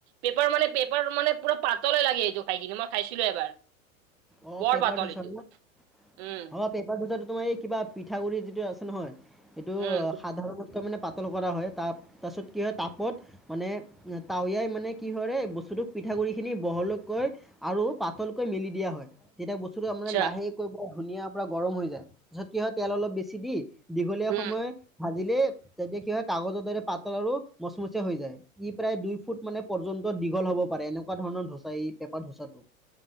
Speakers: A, on the right; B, in the centre.
A: পেপাৰ মানে পেপাৰ মানে পুৰা পাতলে লাগে এইটো খাই কিনে মই খাইছিলো এবাৰ।
B: অ,
A: বৰ
B: পেপাৰ
A: পাতল
B: ধোচা
A: এইটো
B: অ
A: উম
B: পেপাৰ ধচাটো তোমাৰ এই কিবা পিঠাগুড়ি যিটো আছে নহয় এইটো
A: উম
B: সাধাৰণ মানে পাতল কৰা হয় ত তাৰপিছত কি হয় তাপত মানে তটাৱিয়াই মানে কি হয় ব চুটুক পিঠাগুড়িখিনি বহলকৈ আৰু পাতলকৈ মেলি দিয়া হয়। তেতিয়া বস্তুটোৰ
A: আচ্ছা
B: লাহেকৈ বৰ ধুনীয়া পুৰা গৰম হৈ যায়, তাৰছত কি হয় তেল অলপ বেছি দি দীঘলীয়া
A: উম
B: সময় ভাত দিলে তেতিয়া কি হয় কাগজৰ দৰে পাতল আৰু মচমচা হৈ যায় ই প্ৰায় দুই ফুট মানে পৰ্যন্ত দীঘল হ'ব পাৰে এনেকুৱা ধৰণৰ ধোচা এই পেপাৰ ধোঁচাটো।